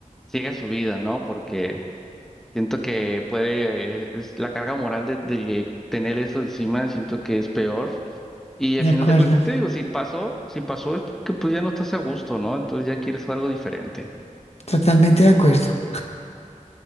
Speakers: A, in the centre; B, on the left (about 50°).
A: siga su vida, ¿no? Porque siento que puede, eh, es- la carga moral de, de tener eso encima, siento que es peor. Y
B: De
A: al final
B: acuerdo,
A: de cuentas te digo, si pasó, si pasó es porque pues ya no estás a gusto, ¿no? Entonces ya quieres algo diferente.
B: totalmente de acuerdo.